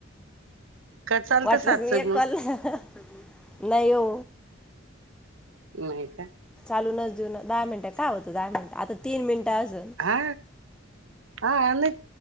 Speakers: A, on the right; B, in the centre.
A: चालतं
B: वाटलंच
A: सातचं
B: मी एक
A: मग
B: कॉल नाही ओ
A: नाही का
B: खाऊन जेवून दहा मिनट का होतं दहा मिनट आता तीन मिनट <unintelligible> त्याज
A: हा हा आलय